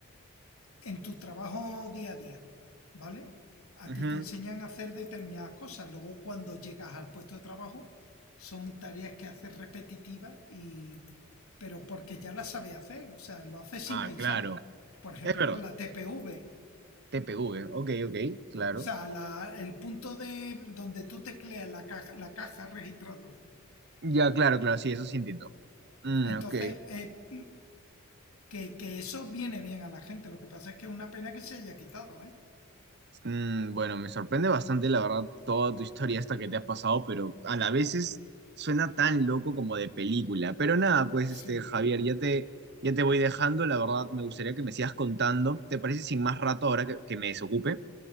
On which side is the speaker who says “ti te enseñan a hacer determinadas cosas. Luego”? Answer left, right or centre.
Left